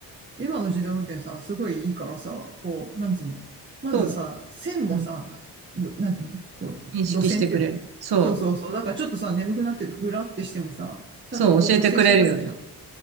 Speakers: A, on the right (about 25°); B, on the right (about 65°).
A: 今の自動運転さ、すごいいいからさ、こう、なんつうの。まずさ、
B: そうだね。
A: 線もさ、
B: うん、
A: ろなんつうの、こう、
B: 認識してくれる。
A: 路線っていうの。
B: そう、
A: そうそうそう。だからちょっとさ、眠くなって、ぐらってしてもさ、ちゃんとこう補正してくれんじゃん。
B: そう、教えてくれるよね。